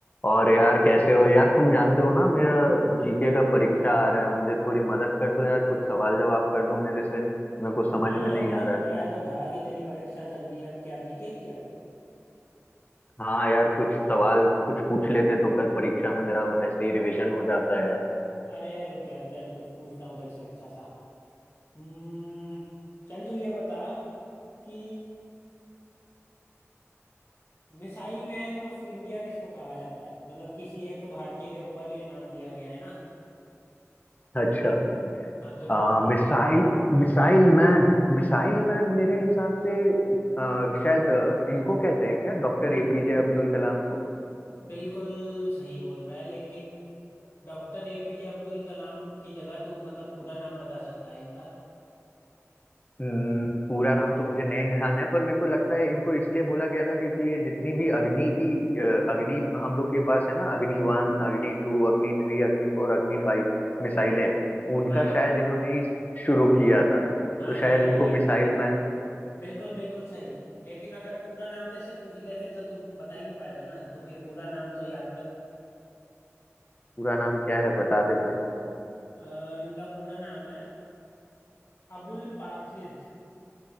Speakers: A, on the left (about 35°); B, on the left (about 55°).
A: और यार कैसे हो यार तुम जानते हो ना मेरा जीके का परीक्षा आ रहा है मुझे थोड़ी मदद कर दो यार कुछ सवाल जवाब कर दो मेरे से मेरे को समझ
B: हाँ
A: में नहीं
B: तूने
A: आ
B: बताया
A: रहा है
B: तो था कि तेरी परीक्षा चल रही है अब क्या जीके की है
A: हाँ यार कुछ सवाल कुछ पूछ लेते तो कल परीक्षा में मेरा ऐसे ही रिवीजन हो जाता है यार
B: अरे रुक जा चल कुछ पूछता हूँ तेरे से अच्छा सा हम्म चल तू ये बता कि मिसाइल मैन ऑफ इंडिया किसको कहा जाता है मतलब किसी एक भारतीय के ऊपर ये नाम दिया गया है ना
A: अच्छा
B: हाँ तो
A: आ, Missile missile man Missile man मेरे हिसाब से आ, शायद आ, इनको कहते हैं क्या डॉक्टर एपीजे अब्दुल कलाम को
B: बिल्कुल सही बोल रहा है लेकिन डॉक्टर एपीजे अब्दुल कलाम की जगह तू मतलब पूरा नाम बता सकता है इनका
A: हम्म, पूरा नाम तो मुझे नहीं ध्यान है पर मेरे को लगता है इनको इसलिए बोला गया था क्योंकि ये जितनी भी अग्नि की अ, अग्नि हम लोग के पास है ना अग्नि वन अग्नि टू अग्नि थ्री अग्नि फोर अग्नि फाइव मिसाइलें उनका
B: हाँ हाँ
A: शायद
B: हाँ
A: इन्होंने ही शुरू किया था
B: हाँ
A: तो
B: ये
A: शायद इनको
B: ये
A: मिसाइल मैन
B: बिल्कुल बिल्कुल सही लेकिन अगर पूरा नाम तेरे से पूछ ले फिर तो तू बता ही नहीं पाएगा ना तो फिर पूरा नाम तो याद कर
A: पूरा नाम क्या है बता दे भाई
B: अ, इनका पूरा नाम है अबुल पाकिज